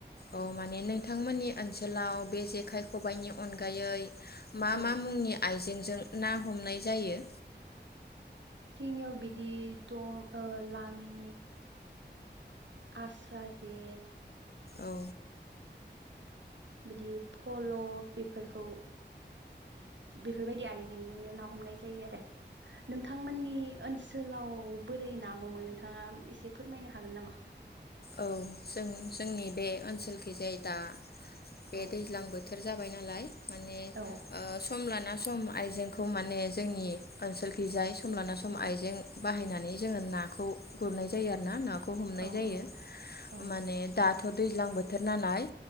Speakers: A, on the left; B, on the right.
A: औ माने नोंथांमोननि ओनसोलाव बे जेखाइ खबाइनि अनगायै मा
B: औ
A: मा मुंनि आइजेंजों ना हमनाय जायो?
B: जोंनियाव बिदि दं लाङि आस्रा जे
A: औ।
B: बिदि फल' बेफोरखौ बेफोरबायदि आइजेंजोंनो ना हमनाय जायो आरो। नोंथांमोननि ओनसोलाव अ बोरै ना हमो नोंथाङा एसे फोरमायनो हागोन नामा?
A: औ जों जोंनि बे ओनसोलखै जाय दा बे
B: औ
A: दैज्लां बोथोर जाबाय नालाय माने
B: औ
A: सम लाना सम आइजेंखौ माने जोंनि ओनसोलखि जाय सम लाना सम आइजें बाहायनानै जोङो नाखौ गुरनाय जायो आरो ना। नाखौ हमनाय
B: औ
A: जायो।
B: औ
A: माने दा दाथ' दैज्लां बोथोर नालाय